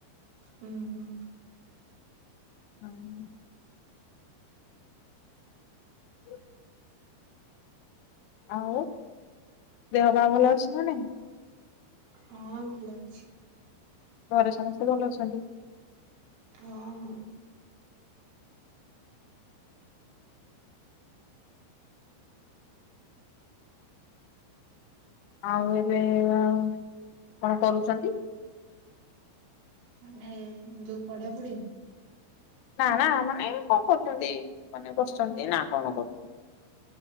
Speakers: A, on the right (about 85°); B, on the left (about 85°).
A: ହୁଁ ହୁଁ
B: ହଁ ହଁ ଆଉ ଦେହ ବା ଭଲ ଅଛି ନା ନାଇଁ।
A: ହଁ ଭଲ ଅଛି।
B: ଘରେ ସମସ୍ତେ ଭଲ ଅଛନ୍ତି?
A: ହଁ ହଁ।
B: ଆଉ ଏବେ ଅ -କଣ କରୁଛନ୍ତି?
A: ମାନେ ଯୋଉ ପଢାପଢି।
B: ନା ନା ମାନେ ଏ କଣ କରୁଛନ୍ତି। ମାନେ ବସିଛନ୍ତି ନା କଣ କରୁଛନ୍ତି।